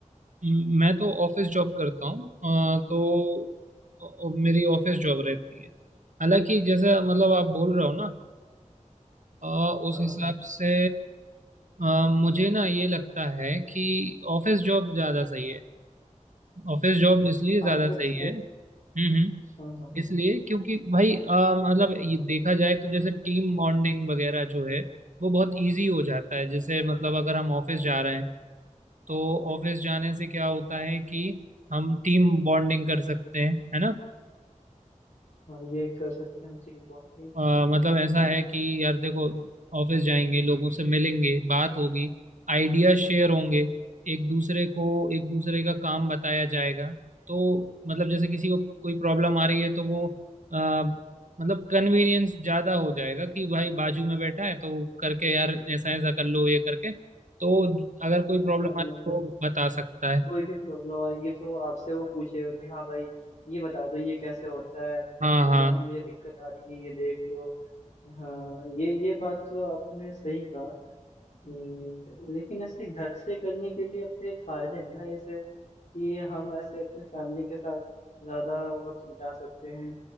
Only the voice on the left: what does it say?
हाँ
आपको
ऐसा
हाँ हाँ
हाँ ये कर सकते हैं हम टीम बॉन्डिंग
हाँ
हाँ
हाँ
मतलब
कोई भी प्रॉब्लम आएगी तो आपसे वो पूछेगा कि हाँ भाई ये बता दो ये कैसे होता है
यहाँ मुझे दिक्कत आ रही है ये देख लो हाँ ये ये बात तो आपने सही कहा हम्म, लेकिन ऐसे घर से करने के भी अपने एक फायदे हैं ना ऐसे कि हम ऐसे अपने फैमिली के साथ ज्यादा वक्त बिता सकते हैं